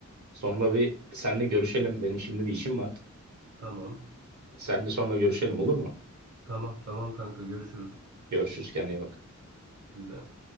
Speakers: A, on the right; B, on the right.
A: Sonra bir senle görüşelim. Benim şimdi bir işim var.
B: Tamam.
A: Senle sonra görüşelim olur mu?
B: Tamam tamam kanka görüşürüz
A: Görüşürüz kendine iyi bak.
B: size.